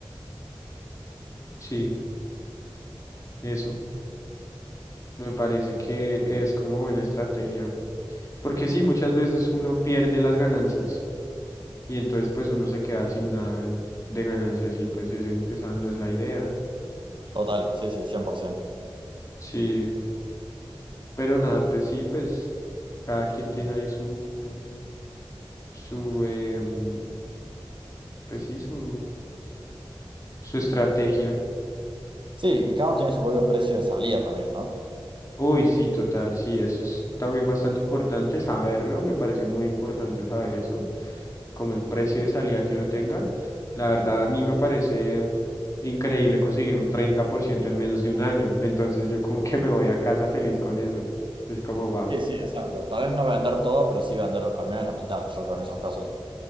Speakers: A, on the left; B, on the right.
A: Sí, eso. Me parece que es como buena estrategia. Porque sí, muchas veces uno pierde las ganancias y entonces pues uno se queda sin nada de ganancias y pues ese- esa no es la idea.
B: Total, sí, sí, 100%.
A: Sí, pero nada, pues sí, pues cada quien tiene ahí su, su, em, pues sí, su, su estrategia.
B: Sí, y cada uno tiene su propio precio de salida también, ¿no?
A: Uy, sí, total, sí, eso es también bastante importante saberlo, me parece muy importante saber eso, como el precio de salida que uno tenga. La verdad, a mí me parece increíble conseguir un 30% en menos de un año, entonces yo como que me voy a casa feliz con eso, es como wow.
B: Sí, sí, exacto. Tal vez no vender todo, pero sí vender al menos la mitad, yo creo, en esos casos.